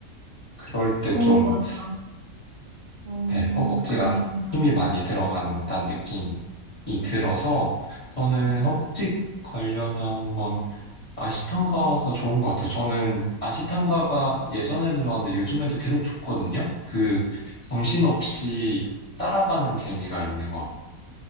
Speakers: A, on the left (about 25°); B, on the right (about 70°).
A: 그럴 때
B: 오,
A: 좀,
B: 맞아. 음,
A: 네, 허벅지가
B: 그런 동작.
A: 힘이 많이 들어간다는 느낌이 들어서 저는
B: 음,
A: 허벅지 관련한 건 아시탄가가 좋은 것 같아요. 저는 아시탄가가 예전에도 좋았는데 요즘에도 계속 좋거든요. 그 정신없이 따라가는 재미가 있는 것 같아요.